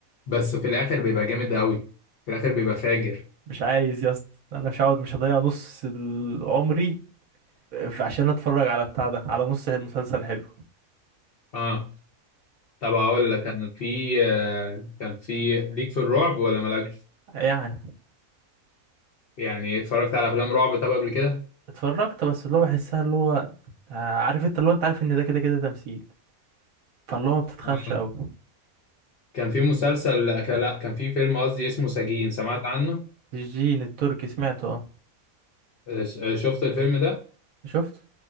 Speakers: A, on the left; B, on the right.
A: بس في الاخر بيبقى جامد قوي في الاخر بيبقى فاجر
B: مش عايز يا اسطى انا مش هقعد مش هضيع نص ال- عمري في- عشان اتفرج على بتاع ده على نص المسلسل حلو
A: اه طب اقول لك انا في آه كان في ليك في الرعب ولا مالكش
B: يعني
A: يعني اتفرجت على افلام رعب طب قبل كده
B: اتفرجت بس اللي هو بحسها اللي هو آه، عارف انت اللي هو انت عارف ان ده كده كده تمثيل فاللي هو ما بتتخافش
A: آه.
B: قوي
A: كان في مسلسل آه، كان- لا كان في فيلم قصدي اسمه سجين سمعت عنه
B: الجين التركي سمعته اه
A: آه، شفت الفيلم ده
B: شفت